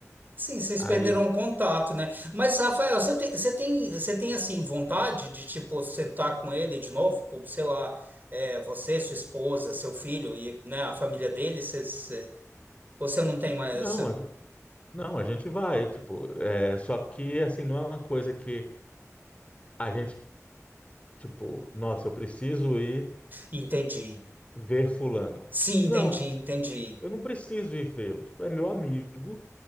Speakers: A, on the right (about 35°); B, on the left (about 25°).
A: Sim, vocês
B: aí,
A: perderam o contato, né? Mas, Rafael, você tem, você tem, você tem assim, vontade de, tipo, sentar com ele de novo? Com, sei lá, é, você, sua esposa, seu filho e, né, a família dele? Vocês. Você não tem mais.
B: não,
A: você-
B: a gente, não, a gente vai, tipo, é, só que, assim, não é uma coisa que a gente, tipo, nossa, eu preciso ir
A: Entendi.
B: ver fulano.
A: Sim,
B: Não,
A: entendi, entendi.
B: eu não preciso ir vê-lo, tipo, é meu amigo,